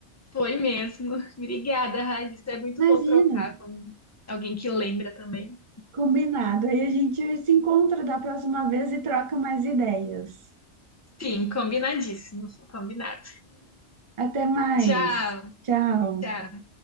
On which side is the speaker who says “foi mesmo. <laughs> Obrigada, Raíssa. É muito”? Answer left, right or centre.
Left